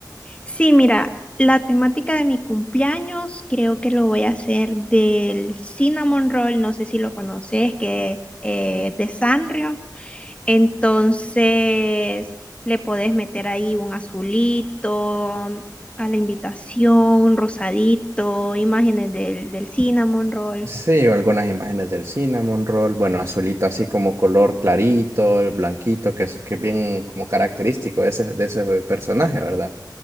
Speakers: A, on the left; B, on the right.
A: Sí, mira, la temática de mi cumpleaños creo que lo voy a hacer del cinnamon roll, no sé si lo conoces, que eh, es de Sanrio. Entonces, le podés meter ahí un azulito a la invitación, un rosadito, imágenes del, del cinnamon roll.
B: Sí, o algunas imágenes del cinnamon roll, bueno, azulito así como color clarito, el blanquito, que es, que es bien como característico de ese, de ese personaje, ¿verdad?